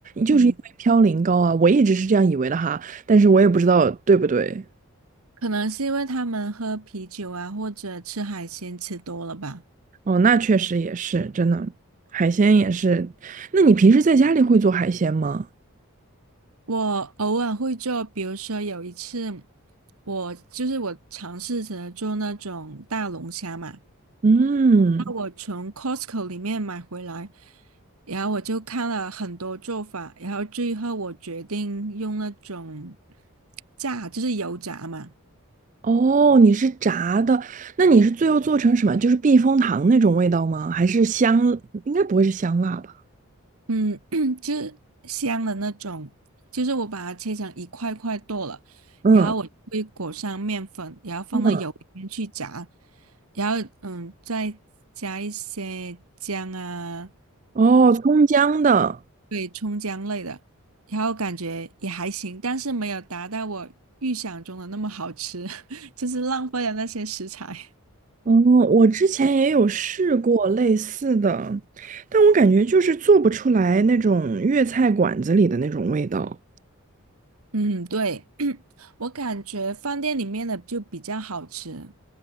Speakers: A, on the right; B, on the right.
A: 就是因为嘌呤高啊，
B: 嗯，
A: 我一直是这样以为的哈，但是我也不知道对不对。
B: 可能是因为他们喝啤酒啊或者吃海鲜吃多了吧。
A: 哦，那确实也是，真的，海鲜也是。那你平时在家里会做海鲜吗？
B: 我偶尔会做，比如说有一次，我就是我尝试着做那种大龙虾嘛，
A: 嗯，
B: 那我从 Costco 里面买回来，然后我就看了很多做法，然后最后我决定用那种炸，就是油炸嘛。
A: 哦，你是炸的，那你是最后做成什么？就是避风塘那种味道吗？还是香？应该不会是香辣吧？
B: 嗯，<clears throat> 就是香的那种，就是我把它切成一块块剁了，
A: 嗯
B: 然后我会裹上面粉，然后放到油里面去炸，
A: 嗯，
B: 然后嗯，再加一些姜啊，
A: 哦，葱姜的。
B: 对，葱姜类的，然后感觉也还行，但是没有达到我预想中的那么好吃，<laughs> 就是浪费了那些食材。
A: 哦，我之前也有试过类似的，但我感觉就是做不出来那种粤菜馆子里的那种味道。
B: 嗯，对，<clears throat> 我感觉饭店里面的就比较好吃。